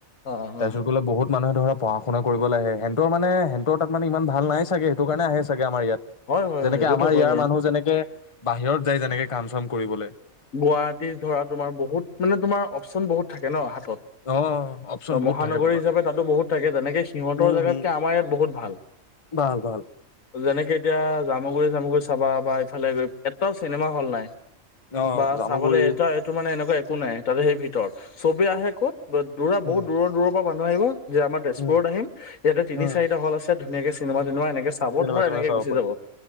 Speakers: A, on the left; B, on the left.
A: অ অ
B: তাৰ
A: অ
B: পিছত বোলে বহুত মানুহে ধৰা পঢ়া-শুনা কৰিবলে আহে, হেনতৰ মানে হেনতৰ তাত মান ইমান ভাল নাই চাগে সেইটো কাৰণে আহে আমাৰ ইয়াত।
A: হয় হয়
B: যেনেকে
A: হয় সেইটোতো
B: আমাৰ
A: হয়
B: ইয়াৰ
A: বাৰু
B: মানুহ যেনেকে বাহিৰত যায় যেনেকে কাম-চাম কৰিবলে
A: গুৱাহাটীত ধৰা তোমাৰ বহুত মানে তোমাৰ অপচন বহুত থাকে ন হাতত।
B: অ অপচন বহুত
A: মহানগৰী
B: থাকে তোমাৰ
A: হিচাপে তাতো বহুত থাকে, তেনেকে সিহঁতৰ
B: উম
A: জেগাতকে
B: হুম
A: আমাৰ ইয়াত বহুত ভাল।
B: ভাল ভাল।
A: যেনেকে এতিয়া জামুগুৰি-চামুগুৰি চাবা বা ইফালে গৈ, এটাও চিনেমা হল নাই।
B: অ
A: বা
B: জামুগুৰি
A: চাবলে এটা এইটো মানে এনেকুৱা একো নাই তাতে সেই ভিতৰত, চবে আহে ক'ত দূৰা বহুত
B: উম
A: দূৰৰ দূৰৰ পৰা মানুহ আহিব, যে আমাৰ তেজপুৰত
B: উম
A: আহিম ইয়াতে তিনি
B: উম।
A: চাৰিটা হল আছে ধুনীয়াকে চিনেমা-তিনেমা এনেকে চাব
B: চিনেমা
A: ধৰা
B: চিনেমা
A: এনেকৈ
B: চাব
A: গুচি
B: পাৰি।
A: যাব।